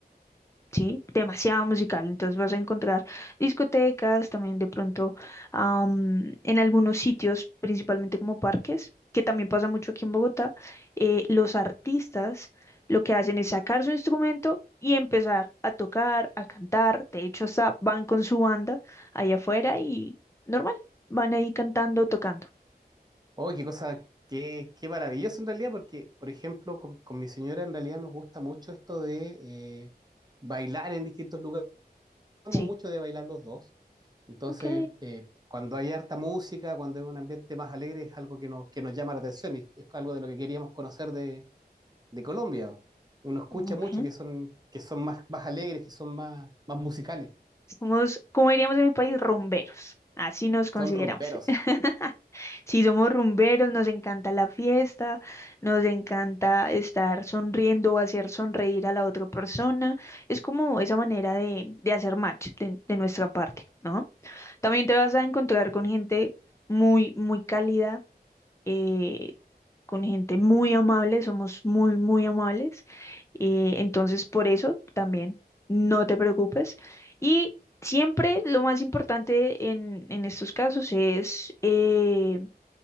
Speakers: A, on the left; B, on the right.
A: ¿sí? Demasiado musical. Entonces vas a encontrar discotecas, también de pronto am, en algunos sitios, principalmente como parques, que también pasa mucho aquí en Bogotá, eh, los artistas lo que hacen es sacar su instrumento y empezar a tocar, a cantar. De hecho, hasta van con su banda allá afuera y normal, van ahí cantando, tocando.
B: Oh, qué cosa, qué, qué maravilloso en realidad, porque, por ejemplo, con, con mi señora en realidad nos gusta mucho esto de eh, bailar en distintos lugares. Somos
A: Sí,
B: mucho de bailar los dos. Entonces,
A: ok.
B: eh, cuando hay harta música, cuando hay un ambiente más alegre, es algo que nos, que nos llama la atención y es algo de lo que queríamos conocer de, de Colombia. Uno escucha
A: Ok,
B: mucho que son, que son más, más alegres, que son más, más musicales,
A: somos, como diríamos en mi país, rumberos. Así nos consideramos.
B: son rumberos.
A: <laughs> Si somos rumberos, nos encanta la fiesta, nos encanta estar sonriendo o hacer sonreír a la otra persona. Es como esa manera de, de hacer match de, de nuestra parte, ¿no? También te vas a encontrar con gente muy, muy cálida, eh, con gente muy amable, somos muy, muy amables. eh, entonces, por eso también no te preocupes. Y siempre lo más importante en, en estos casos es... eh,